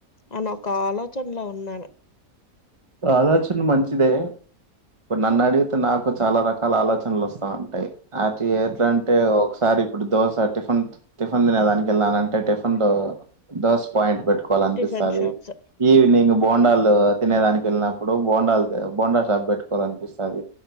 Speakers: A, on the left; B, on the right.
A: అన్న ఒక ఆలోచనలో ఉన్నాను
B: ఆలోచన మంచిదే ఇప్పుడు నన్ను అడిగితే నాకు చాల రకాల ఆలోచనలు వస్తా ఉంటాయి అతి ఎట్ట్లాంటే ఒక సార్ ఇప్పుడు దోస టిఫిన్ టిఫిన్ తినేదానికి వెళ్ళానంటే టిఫిన్ లో దోశ పాయింట్ పెట్టు కోవాల అనిపిస్తాది
A: టిఫిన్ షాప్స్
B: ఈవినింగ్
A: ఓకే
B: బోండాలు తినె దానికి కెళ్ళినప్పుడు బోండాలు బోండా షాప్ పెట్టుకోవాలి అనిపిస్తది